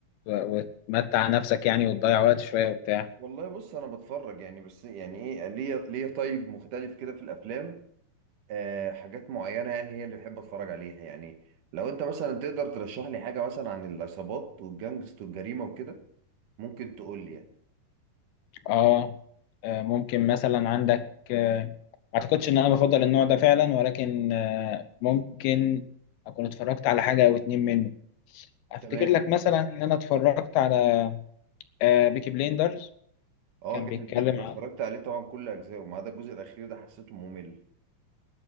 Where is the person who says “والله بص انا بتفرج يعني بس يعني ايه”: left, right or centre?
Right